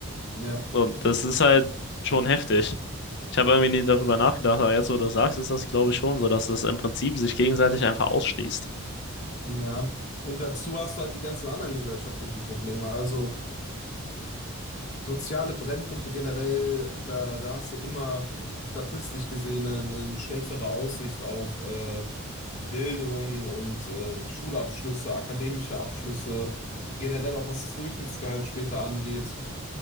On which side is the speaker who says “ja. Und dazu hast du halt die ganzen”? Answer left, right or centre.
Left